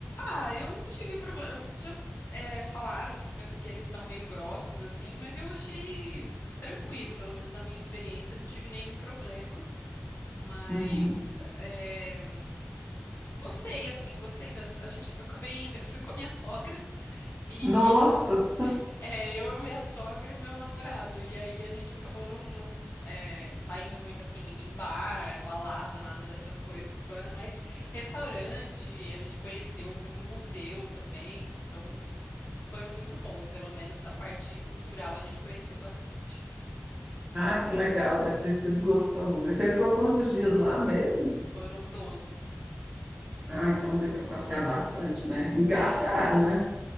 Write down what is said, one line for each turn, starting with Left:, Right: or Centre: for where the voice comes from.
Left: Ah, eu não tive problema. Já é, falaram que, pe- que eles são meio grossos, assim, mas eu achei tranquilo, pelo menos na minha experiência, não tive nenhum problema. Mas
Right: Uhum.
Left: é, gostei, assim, gostei das. A gente, eu acabei, indo- <laughs> eu fui com a minha sogra. E
Right: Nossa!
Left: é, eu, minha sogra e meu namorado. E aí a gente acabou não, não, é, saindo muito assim em bar, balada, nada dessas coisas. Então era mais restaurante, e a gente conheceu muito museu também. Então foi muito bom, pelo menos a parte cultural a gente conheceu bastante.
Right: Ah, que legal, deve ter sido gostoso. E você ficou quantos
Left: É,
Right: dias lá mesmo?
Left: Foram doze
Right: Ah, então deu para passear bastante, né? E Gastaram,
Left: É.
Right: né?